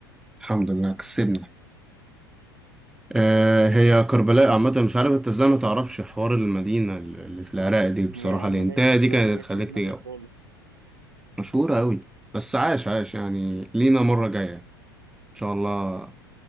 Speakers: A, in the centre; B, on the right.
A: الحمد لله كسبني آه، هي كربلاء عامة مش عارف انت ازاي ما تعرفش حوار المدينة اللي في العراق دي بصراحة
B: ما
A: الانتهاء
B: ما جاتش في
A: دي كانت
B: ما جاتش
A: هتخليك
B: في دماغي
A: تجاوب
B: خالص
A: مشهورة أوي بس عاش عاش يعني لينا مرة جاية إن شاء الله